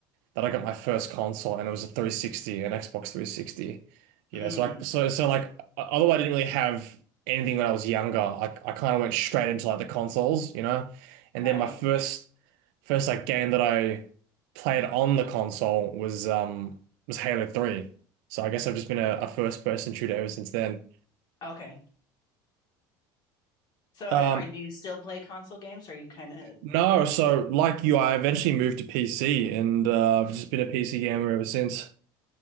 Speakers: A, on the right; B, on the left.
A: that I got my first console and it was a 360, an Xbox 360. You
B: Mm.
A: know, so like so so like o- although I didn't really have anything when I was younger, I I kind of went straight into like the consoles, you know. And
B: All
A: then
B: right.
A: my first first like game that I played on the console was um was Halo 3. So I guess I've just been a, a first person shooter ever since then.
B: Okay. So are,
A: Um
B: are do you still play console games? Are you kind of
A: no, so like you, I eventually moved to PC and uh, I've just been a PC gamer ever since.